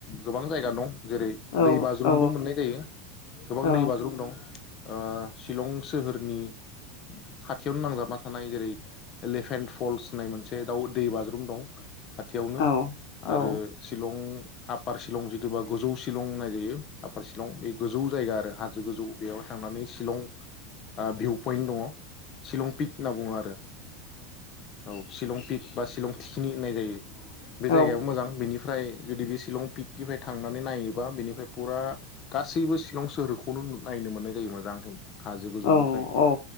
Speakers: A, on the left (about 45°); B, on the left (about 65°).
A: गोबां जायगा दं जेरै दै
B: औ
A: बाज्रुमबो
B: औ
A: मोननाय जायो गोबां
B: औ
A: दै बाज्रुम दं ओ शिलं सोहोरनि खाथियावनो नांजाबना थानाय जेरै एलेफेन फल्स होननाय मोनसे दाउ दै बाज्रुम दं खाथियावनो
B: औ औ
A: आरो शिलं आपार शिलं जिथुबा गोजौ शिलंनाय बेयो आफपार शिलं बे गोजौ जायगा आरो हाजो गोजौ बेयावहाय थांनानै शिलं ओ भिउ पइन्ट दङ शिलं पिक होनना बुङो आरो औ शिलं पिक बा शिलं थिखिनि होननाय जायो बे
B: औ
A: जायगायाबो मोजां बेनि ओमफ्राय जुदि बे शिलं पिकनिफ्राय थांनानै नायोबा बेनिफ्राय फुरा गासैबो शिलं सोहोरखौनो नायनो मोननाय जायो मोजांहाय हाजो गोजौनिफ्राय
B: औ औ